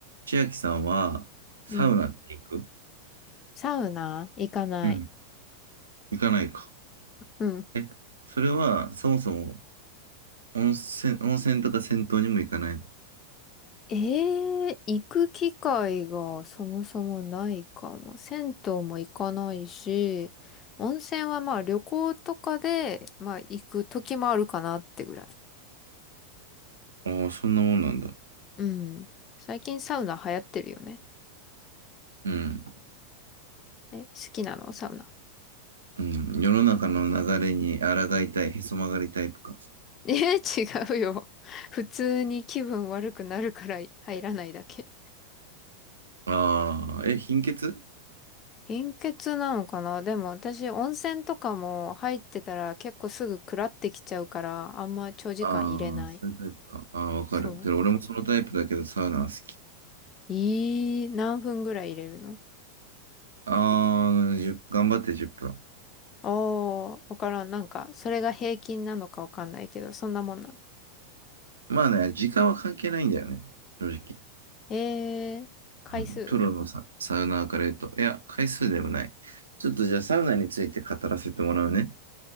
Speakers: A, on the right; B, on the left.
A: 千秋さんは、サウナって行く
B: うん。サウナ行かない。
A: うん行かないか。
B: うん。
A: え、それは、そもそも、温泉、温泉とか銭湯にも行かないの
B: ええ行く機会がそもそもないかも。銭湯も行かないし、温泉はまあ旅行とかで、まあ行く時もあるかなってぐらい。
A: ああ、そんなもんなんだ。
B: うん。最近サウナ流行ってるよね。
A: うん。
B: え、好きなのサウナ。
A: うん。世の中の流れに抗いたい、へそ曲がりタイプか。
B: <laughs> え、違うよ。普通に気分悪くなるから入らないだけ。
A: ああ、え、貧血
B: 貧血なのかなでも私温泉とかも入ってたら結構すぐくらってきちゃうからあんま長時間入れない。
A: ああ、そういうタイプか。ああ、わかる。
B: そう。
A: けど、俺もそのタイプだけど、サウナは好き。
B: ええ何分ぐらい入れるの
A: ああ、1頑張って10分。
B: ああー、わからん。なんか、それが平均なのかわかんないけど、そんなもんなん。
A: まあね、時間は関係ないんだよね。正直。
B: ええ回数
A: うん、プロのサ、サウナーから言うと、いや、回数でもない。ちょっとじゃあサウナについて語らせてもらうね。